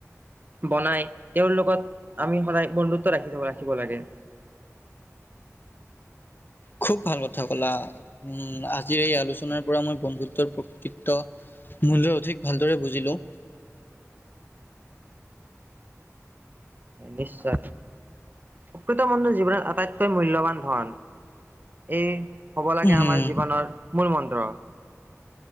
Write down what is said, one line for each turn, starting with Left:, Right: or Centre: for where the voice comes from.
Right: বনাই, তেওঁৰ লগত আমি সদায় বন্ধুত্ব ৰাখি ৰাখিব লাগে।
Left: খুব ভাল কথা ক'লা। উম, আজিৰ এই আলোচনাৰ পৰা মই বন্ধুত্বৰ প্ৰকৃত্ব মূল্য অধিক ভালদৰে বুজিলোঁ।
Right: নিশ্চয়, প্ৰকৃত বন্ধুৰ জীৱনত আটাইতকৈ মূল্যৱান। ধন। এই হ'ব লাগে,
Left: উম
Right: আমাৰ জীৱনৰ মূল মন্ত্ৰ।